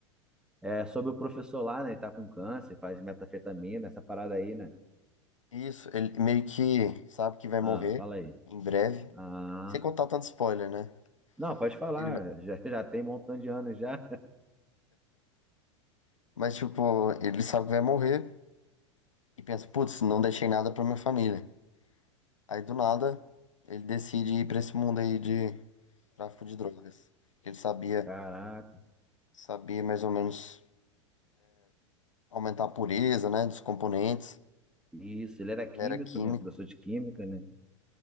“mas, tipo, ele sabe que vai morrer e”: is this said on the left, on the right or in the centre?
Left